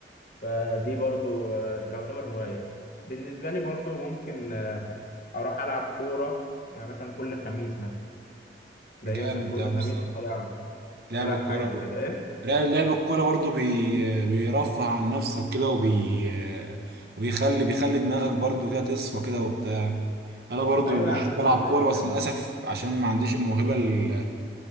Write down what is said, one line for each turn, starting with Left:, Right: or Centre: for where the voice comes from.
Left: فدي برضو آه، يعتبر هواية بالنسبة لي برضو ممكن آه، أروح ألعب كورة يعني مثلا كل خميس مثلا تلاقيه
Right: جامد
Left: مثلا كل
Right: ده يا
Left: خميس
Right: مصطفى
Left: طالع
Right: لعب
Left: طالع
Right: الكورة
Left: حجز كده إيه
Right: لعب لعب الكورة برضو بي... بيرفع عن نفسك كده وبي وبيخلي بيخلي دماغك برضو كده تصفى كده وبتاع انا برضو
Left: أيوة يا
Right: بحب
Left: عم
Right: العب
Left: في اللذيذ
Right: كورة
Left: منك
Right: بس للاسف عشان ما عنديش الموهبة ال...